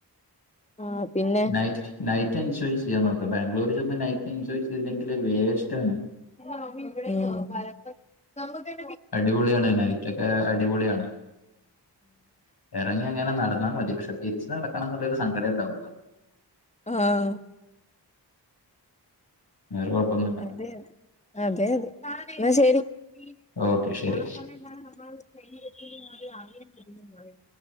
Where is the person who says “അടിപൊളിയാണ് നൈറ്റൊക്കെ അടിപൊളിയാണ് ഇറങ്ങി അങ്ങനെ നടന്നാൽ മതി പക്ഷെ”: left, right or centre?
Left